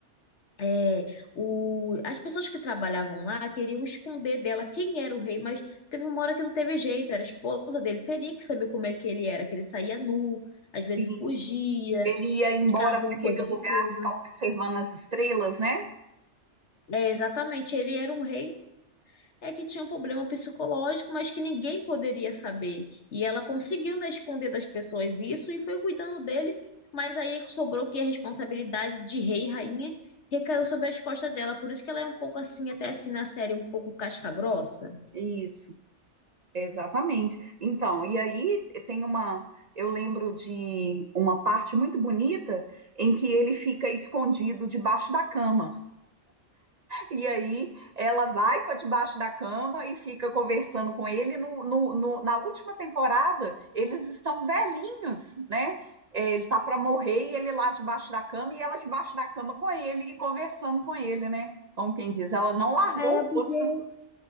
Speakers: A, on the left (about 70°); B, on the right (about 45°).
A: é, o, as pessoas que trabalhavam lá queriam esconder dela quem era o rei, mas teve uma hora que não teve jeito, era a esposa dele, teria que saber como é que ele era, que ele saía nu, às
B: sim.
A: vezes fugia,
B: Ele ia embora
A: ficava com
B: para aquele
A: coisa com
B: lugar
A: coisa.
B: ficar observando as estrelas, né?
A: É, exatamente, ele era um rei, é que tinha um problema psicológico, mas que ninguém poderia saber. E ela conseguiu, né, esconder das pessoas isso e foi cuidando dele, mas aí sobrou que a responsabilidade de rei e rainha recaiu sobre as costas dela. Por isso que ela é um pouco assim, até assim na série, um pouco casca-grossa.
B: Isso. Exatamente. Então, e aí eh, tem uma. Eu lembro de uma parte muito bonita em que ele fica escondido debaixo da cama. E aí ela vai para debaixo da cama e fica conversando com ele. No, no- no- na última temporada, eles estão velhinhos, né? É, Ele tá para morrer e ele lá debaixo da cama e ela debaixo da cama com ele e conversando com ele, né? Como quem diz, ela não largou
A: É, porque
B: o osso.